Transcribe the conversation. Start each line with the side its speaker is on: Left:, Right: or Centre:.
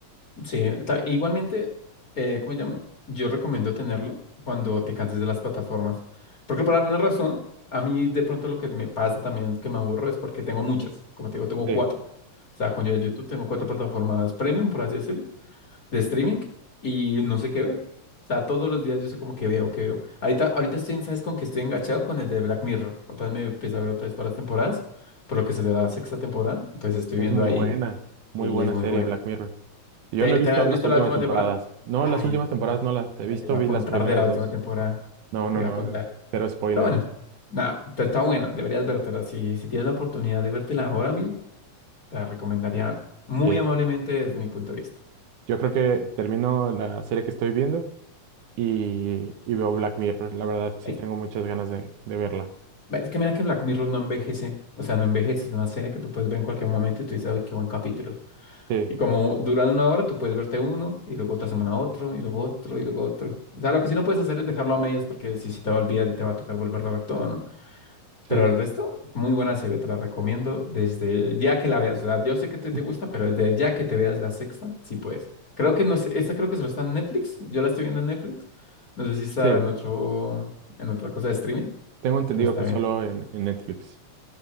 Left: Sí, ta- igualmente, eh, ¿cómo se llama? Yo recomiendo tenerlo cuando te canses de las plataformas. Porque por alguna razón, a mí de pronto lo que me pasa también es que me aburro es porque tengo muchas. Como te digo, tengo
Right: Sí,
Left: cuatro. O sea, con YouTube tengo cuatro plataformas premium, por así decirlo, de streaming y no sé qué ver. O sea, todos los días yo sé como que veo, que veo. Ahorita, ahorita estoy, ¿sabes con que estoy enganchado? Con el de Black Mirror. Otra vez me empiezo a ver otra vez todas las temporadas, por lo que salió la sexta temporada. Entonces estoy
Right: es
Left: viendo
Right: muy
Left: ahí
Right: buena, muy
Left: y
Right: buena
Left: es muy
Right: serie
Left: buena.
Right: Black Mirror. Yo
Left: ¿Te,
Right: no he visto
Left: te has
Right: las
Left: visto
Right: últimas
Left: la última
Right: temporadas.
Left: temporada?
Right: No,
Left: Ay,
Right: las últimas
Left: te
Right: temporadas
Left: iba,
Right: no las he
Left: ya
Right: visto,
Left: te iba
Right: vi
Left: a contar
Right: las primeras
Left: de la última
Right: dos.
Left: temporada.
Right: No, no,
Left: Te iba
Right: no,
Left: a contar.
Right: cero spoilers.
Left: Pero bueno, nada, te- está buena, deberías vértela. Si, si tienes la oportunidad de vértela ahora mismo, te la recomendaría muy
Right: Sí,
Left: amablemente desde mi punto de vista.
Right: Yo creo que termino la serie que estoy viendo y, y veo Black Mirror. La verdad, sí
Left: Es,
Right: tengo muchas ganas de, de verla.
Left: es que mira que Black Mirror no envejece. O sea, no envejece. Es una serie que tú puedes ver en cualquier momento y tú dices, uy, qué buen capítulo.
Right: Sí,
Left: Y como duran una hora, tú puedes verte uno y luego otra semana otro y luego otro y luego otro. O sea, lo que sí no puedes hacer es dejarlo a medias porque si se te va a olvidar y te va a tocar volverlo a ver todo, ¿no?
Right: sí,
Left: Pero
Right: sí,
Left: el
Right: sí.
Left: resto, muy buena serie, te la recomiendo desde ya que la veas. O sea, yo sé que te,
Right: <laughs>
Left: te gusta, pero desde ya que te veas la sexta, sí puedes. Creo que no sé, esta creo que solo está en Netflix. Yo la estoy viendo en Netflix. No sé si está
Right: Sí,
Left: en otro, en otra cosa de streaming,
Right: tengo entendido
Left: pero está
Right: que
Left: bien.
Right: solo en, en Netflix.